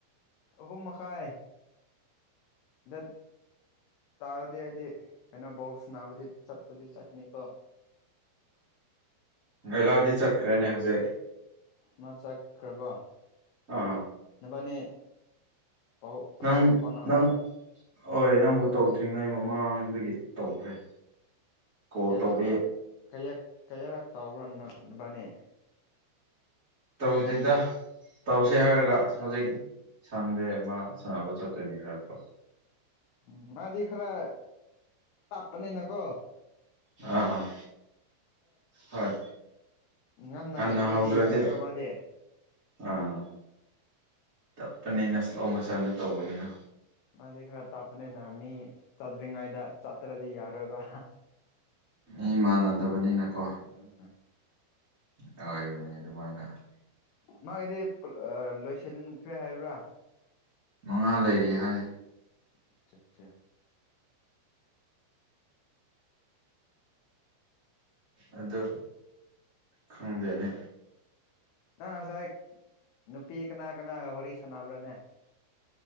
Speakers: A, on the left; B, on the right.
A: ꯑꯍꯨꯝ ꯃꯈꯥꯏ ꯗ ꯇꯥꯔꯗꯤ ꯑꯩꯗꯤ ꯀꯩꯅꯣ ꯕꯣꯛꯁ ꯅꯥꯕꯗꯤ ꯆꯠꯄꯗꯤ ꯆꯠꯀꯅꯤꯀꯣ
B: ꯑꯩꯂꯥꯗꯤ ꯆꯠꯈ꯭ꯔꯦꯅꯦ ꯍꯧꯖꯤꯛ
A: ꯃꯥ ꯆꯥꯛꯈ꯭ꯔꯕ
B: ꯑ
A: ꯍꯕꯅꯦ ꯐꯥꯎ
B: ꯅꯪ
A: ꯐꯥꯎ ꯐꯥꯎ ꯅꯕ꯭ꯔ
B: ꯅꯪ ꯍꯣꯏ ꯅꯪꯕꯨ ꯇꯧꯗ꯭ꯔꯤꯉꯩ ꯃꯃꯥꯡꯗꯒꯤ ꯇꯧꯈ꯭ꯔꯦ ꯀꯣꯜ
A: ꯀꯦꯌꯥꯔꯛꯇ
B: ꯇꯧꯕ
A: ꯀ ꯀꯌꯥꯔꯛ ꯇꯧꯔꯕꯅꯤ
B: ꯇꯧꯗꯦꯗ ꯇꯧꯁꯦ ꯍꯥꯏꯔꯒ ꯍꯧꯖꯤꯛ ꯁꯪꯗꯦ ꯃꯥ ꯁꯥꯟꯅꯕ ꯆꯠꯇꯅꯤ ꯍꯥꯏꯔꯛꯄ
A: ꯎꯝ ꯃꯥꯗꯤ ꯈꯔ ꯄꯄꯅꯤ ꯅꯀꯣ
B: ꯑꯥ ꯍꯣꯏ
A: ꯉꯟꯅ
B: ꯍꯟꯅ
A: ꯆꯠꯇ꯭ꯔꯗꯤ
B: ꯍꯧꯗ꯭ꯔꯗꯤ
A: ꯌꯥꯔꯣꯏꯕ ꯃꯥꯗꯤ
B: ꯑꯥ ꯇꯞꯄꯅꯤꯅ ꯁꯂꯣ ꯃꯣꯁꯟꯅ ꯇꯧꯕꯅꯤꯅ
A: ꯃꯥꯗꯤ ꯈꯔ ꯇꯥꯛꯄꯅꯤꯅ ꯃꯤ ꯆꯥꯠꯇ꯭ꯔꯤꯉꯩꯗ ꯆꯠꯇ꯭ꯔꯗꯤ ꯌꯥꯔꯣꯏꯕ
B: ꯏ ꯃꯥꯟꯅꯗꯕꯅꯤꯅꯀꯣ
A: ꯎꯝ
B: ꯑꯣꯏꯕꯅꯤ ꯑꯗꯨꯃꯥꯏꯅ
A: ꯃꯥꯒꯤꯗꯤ ꯂꯣꯏ ꯊꯟꯈ꯭ꯔꯦ ꯍꯥꯏꯕ꯭ꯔꯥ
B: ꯃꯉꯥ ꯂꯩꯔꯤ ꯍꯥꯏ
A: ꯑꯆꯥ ꯑꯆꯥ
B: ꯑꯗꯨ ꯈꯪꯗꯦꯅꯤ
A: ꯅꯪ ꯉꯁꯥꯏ ꯅꯨꯄꯤ ꯀꯅꯥ ꯀꯅꯥꯒ ꯋꯥꯔꯤ ꯁꯥꯟꯅꯕ꯭ꯔꯥꯅꯦ